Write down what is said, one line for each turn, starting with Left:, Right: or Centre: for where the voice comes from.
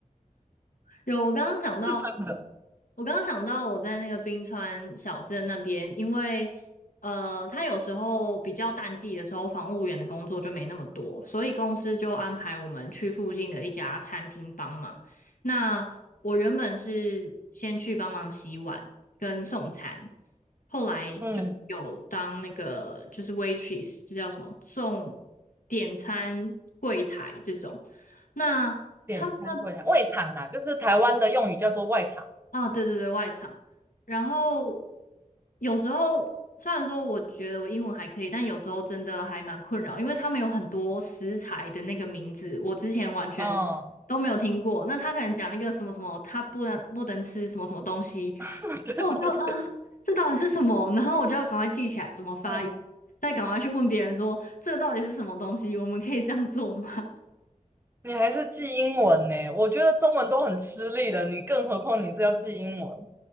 Left: 有，我刚刚想到，
Right: <laughs> 是真的。
Left: 我刚刚想到我在那个冰川小镇那边，因为呃，他有时候比较淡季的时候，房务员的工作就没那么多，所以公司就安排我们去附近的一家餐厅帮忙。那我原本是先去帮忙洗碗跟送餐，后来就有当那个就是
Right: 嗯，
Left: waitress，这叫什么？送点餐柜台这种。那他们那
Right: 点餐柜台外场啦，就是台湾的用语叫做外场。
Left: 啊，对对对，外场。然后有时候虽然说我觉得我英文还可以，但有时候真的还蛮困扰，因为他们有很多食材的那个名字，我之前完全
Right: 嗯，
Left: 都没有听过。那他可能讲那个什么什么，他不能不能吃什么什么东西，
Right: <laughs> 对对对，
Left: 那我就啊，这到底是什么？然后我就要赶快记起来怎么发音，
Right: 嗯
Left: 再赶快去问别人说这个到底是什么东西，我们可以这样做吗？
Right: <laughs>，你还是记英文呢？我觉得中文都很吃力的，你更何况你是要记英文，